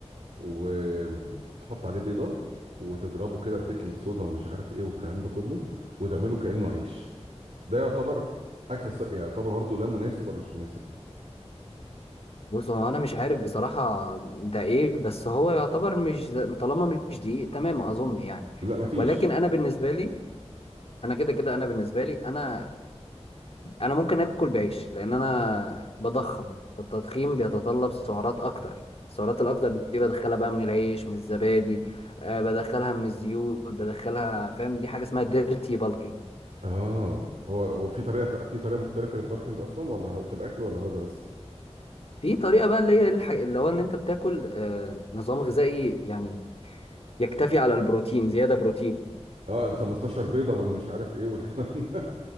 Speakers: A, on the right (about 80°); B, on the left (about 60°).
A: وتحط عليه بيضة وتضربه كده ببيكنج صودا ومش عارف ايه والكلام ده كله وتعمله كأنه عيش ده يعتبر اكل ص... يعني يعتبر برضه ده مناسب ولا مش مناسب
B: بص هو أنا مش عارف بصراحة ده إيه بس هو يعتبر مش ز- طالما مش دقيق تمام أظن يعني
A: لا مفيش
B: ولكن أنا بالنسبة لي أنا كده كده أنا بالنسبة لي أنا أنا ممكن آكل بعيش لأن أنا بضخم فالتضخيم بيتطلب سعرات أكتر السعرات الأكتر دي بدخلها بقى من العيش من الزبادي أه بدخلها من الزيوت بدخلها فاهم دي حاجة اسمها ديرتي بالكينج
A: اه هو هو في طريقة في طريقة مختلفة للباركنج اصلا ولا هو في الاكل ولا هو ده بس
B: في طريقة بقى اللي هي الح... اللي هو ان انت بتاكل آه نظام غذائي يعني يكتفي على البروتين زيادة بروتين
A: اه ال 15 بيضة والمش عارف ايه والكلام ده